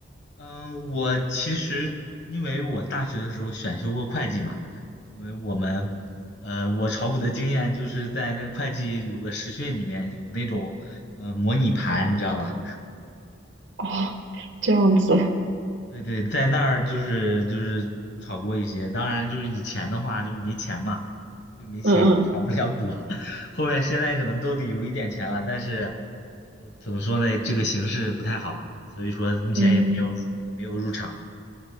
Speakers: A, on the left; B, on the right.
A: 嗯，我其实因为我大学的时候选修过会计嘛，因为我们，呃，我炒股的经验就是在那个会计有个实训里面有那种呃模拟盘，你知道吧？
B: 哦，这样子，
A: 对对，在那儿就是就是炒过一些，当然就是以前的话就是没钱嘛，兜里没钱也炒不了股，
B: 嗯嗯
A: <laughs> 后面现在可能兜里有一点钱了，但是，呃，怎么说呢，这个形势不太好，所以说目前也没有入没有入场。
B: 嗯，